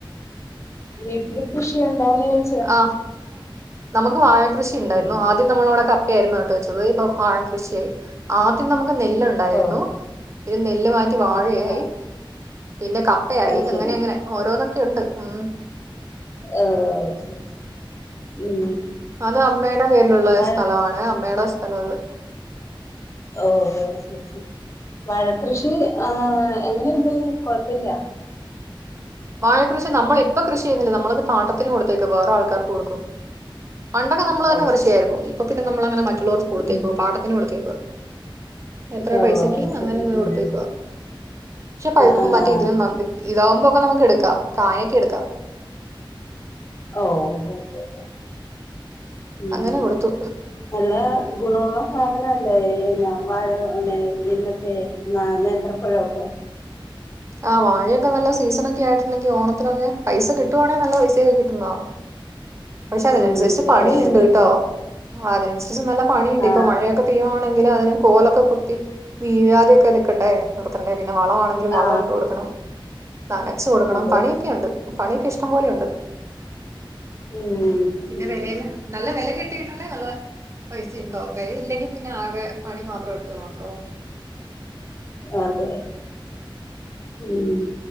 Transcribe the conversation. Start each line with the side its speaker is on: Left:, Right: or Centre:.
Left: വീട്ടില് കൃഷി ഉണ്ടോന്ന് ചോ
Right: ആഹ് നമുക്ക് വാഴ കൃഷി ഉണ്ടായിരുന്നു
Left: ഉം
Right: ആദ്യം നമ്മളവിടെ കപ്പ ആയിരുന്നു ന ട്ടു വെച്ചത് ഇപ്പ വാഴ കൃഷിയായി ആദ്യം നമുക്ക് നെല്ല ണ്ടായിരുന്നു
Left: ഓഹ്
Right: ഇ നെല്ല് മാറ്റി വാഴയായി
Left: ആഹ് ആഹ്
Right: പിന്നെ കപ്പയായി
Left: അത് ശരി
Right: അങ്ങനെ അങ്ങനെ ഓരോന്നൊക്കെ ഉണ്ട് ഉം
Left: ആഹ് ശരിശരി ഉം
Right: അത് അമ്മയുടെ പേരിലുള്ള
Left: വഴ
Right: സ്ഥലമാണ് അമ്മയുടെ സ്ഥലാത്.
Left: ഓ ശരി ശരി വഴക്കൃഷി ആഹ് എങ്ങനെണ്ട് കൊഴപ്പല്ല്യ?
Right: വാഴക്കൃഷി നമ്മളിപ്പ കൃഷി ചെയ്യുന്നില്ല നമ്മളത് പാട്ടത്തിന് കൊടുത്തേക്ക വേറെ ആൾക്കാർക്ക് കൊടുക്കും പണ്ടൊക്കെ നമ്മള് തന്നെ
Left: ഓ
Right: കൃഷി ചെയുവായിരുന്നു. ഇപ്പൊ പിന്നെ നമ്മളങ്ങനെ മറ്റുള്ളവർക്ക് കൊടുത്തേക്ക
Left: ഉം
Right: പാട്ടത്തിന് കൊടുത്തേക്കുവ എത്രയ
Left: ഓ
Right: പൈസക്ക്
Left: ശരി
Right: അങ്ങനെ ഇങ്ങനെ കൊടുത്തേക്കുക.
Left: ഉം
Right: പക്ഷെ പഴക്ക
Left: ആ ആ
Right: മറ്റേ
Left: ആ
Right: ഇതിനും <unintelligible> ഇതാവുമ്പോക്കെ നമുക്ക് എടുക്കാം. കായൊക്കെ എടുക്കാം.
Left: ഓഹ് ഓഹ് ഓഹ് ഉം
Right: അങ്ങനെ കൊടുത്തു
Left: നല്ല ഗുണമുള്ള സാധന <unintelligible> നേന്ത്രപ്പഴൊക്കെ
Right: ആഹ് വാഴയൊക്കെ നല്ല സീസണൊക്കെ ആയിട്ടുണ്ടെങ്കിൽ ഓണത്തിനൊക്കെ പൈസ കിട്ടുവാണെ നല്ല പൈസയൊക്കെ കിട്ടുന്നതാ
Left: ഉം
Right: പക്ഷെ അതിനനുസരിച്ച് പണിയുണ്ട്
Left: അതെ അതെ അതെ
Right: ട്ടോ അതിനനുസരിച്ച് നല്ല പണിണ്ട്
Left: ആ
Right: ഇപ്പൊ മഴയൊക്കെ പെയ്യുവാണെങ്കിൽ അതിനു കോലൊക്കെ കുത്തി വീഴാതെ ഒക്കെ നിക്കണ്ടേ നിർത്തണ്ടെ പിന്നെ വളമാ തിൽ വള
Left: ആ
Right: ഇട്ട് കൊടുക്കണം നനച്ചു കൊടുക്കണം
Left: അതെ
Right: പണിയൊക്കെയുണ്ട് പണിയൊക്കെ ഇഷ്ടം പോലെയുണ്ട്
Left: ഉം
Right: പിന്നെ
Left: ഉം
Right: വിലയെല്ലാ നല്ല വില കെട്ടിയിട്ടുണ്ടേ നല്ല പൈസ ഉണ്ടോ കഴിവ് ഇല്ലെങ്കിൽ പിന്നെ ആകെ പണി മാത്രം എടുത്തത് മാത്രാവും
Left: അതെ ഉം